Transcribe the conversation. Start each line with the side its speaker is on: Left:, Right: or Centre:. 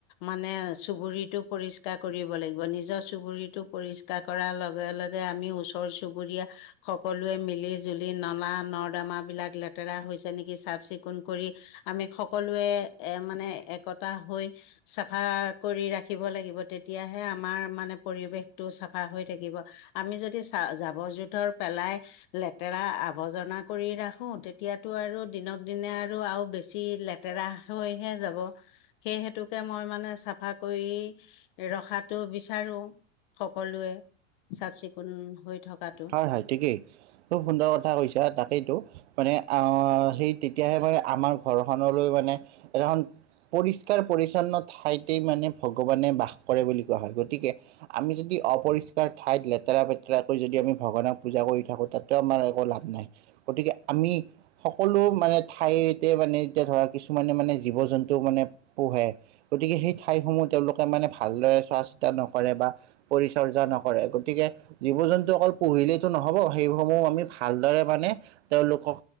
Left: মানে চুবুুৰিটো পৰিছ পৰিষ্কাৰ কৰিব লাগিব, নিজৰ চুবুৰীটো পৰিষ্কাৰ কৰাৰ লগে লগে আমি ওচৰ চুবুৰীয়া সকলোৱে মিলি জুলি নলা নৰ্দমাবিলাক লেতেৰা হৈছে নেকি, চাফ চিকুণ কৰি আমি সকলোৱে এ, মানে একতা হৈ চাফা কৰি ৰাখিব লাগিব, তেতিয়াহে আমাৰ মানে পৰিৱেশ টো চাফা হৈ থাকিব, আমি যদি চা জাবৰ জোথৰ পেলাই লেতেৰা আৱৰ্জনা কৰি ৰাখোঁ, তেতিয়াটো আৰু দিনক দিনে আৰু আৰু বেছি লেতে তেৰাহ হৈহে যাব। সেইহেতুকে মই মানে চাফা কৰি ৰখাটো বিচাৰোঁ। সকলোৱে চাফ চিকুণ হৈ থকাটো।
Right: হয় হয়, ঠিকেই খুব সুন্দৰ কথা কৈছা, তাকেইতো মানে আহ, সেই তেতিয়াহে মানে আমাৰ ঘৰখনলৈ মানে সেইনাখন পৰিষ্কাৰ পৰিচ্ছন্ন ঠাইতেই মানে ভগৱানে বাস কৰে বুলি কোৱা হয় গতিকে আমি যদি অপৰিষ্কাৰ ঠাইত লেতেৰা পেতেৰাকৈ যদি আমি ভগৱানক পূজা কৰি থাকোঁ, তাততো আমাৰ একো লাভ নাই, গতিকে আমি সকলো মানে ঠাইতে মানে, এতিয়া ধৰা কিছুমানে মানে জীৱ জন্তু মানে পোহে। গতিকে সেই ঠাইসমূহ তেওঁলোকে মানে ভালদৰে চোৱা চিতা নকৰে বা পৰিচৰ্যা নকৰে, গতিকে জীৱ জন্তু অকল পুহিলেতো নহ'ব, সেইসমূহ আমি ভালদৰে মানে তেওঁলোকক